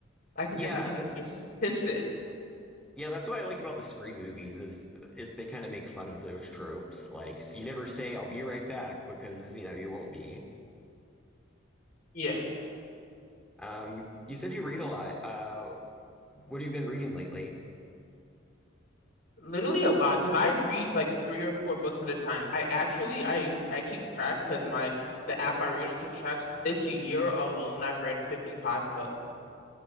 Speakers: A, on the left; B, in the centre.
A: I can
B: Yeah,
A: just I can
B: that's
A: I can sense it."
B: Yeah, that's what I like about the Scream movies is is they kind of make fun of those tropes. Like, so you never say "I'll be right back" because you know you won't be.
A: Yeah.
B: Um, you said you read a lot. Uh, what have you been reading lately?
A: Literally a lot because I read like three or four books at a time. I actually I I keep track because my the app I read on keep track. So this year alone, I've read 55 books